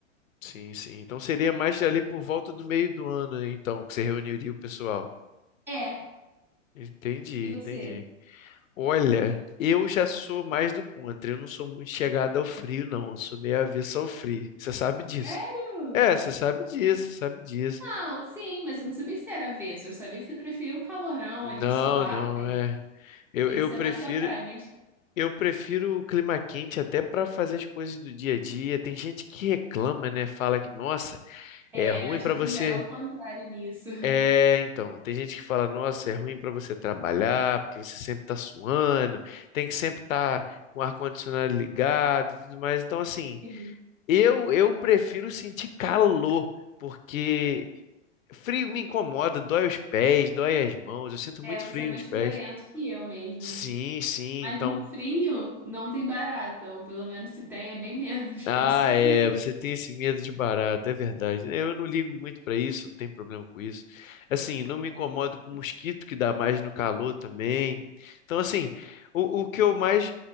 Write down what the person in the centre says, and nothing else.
É.
E você?
Sério?
Não, sim, mas eu não sabia que você era avesso. Eu sabia que você preferia o calorão
ali, suar.
e-
Isso
é mais sua praia, mas
é,
a gente
já é o contrário nisso. <laughs>
Sim.
É, você
é mais
friorento que eu mesmo.
Mas
no frio não tem barata, ou pelo menos se tem é bem menos,
<laughs> por isso que
eu fico.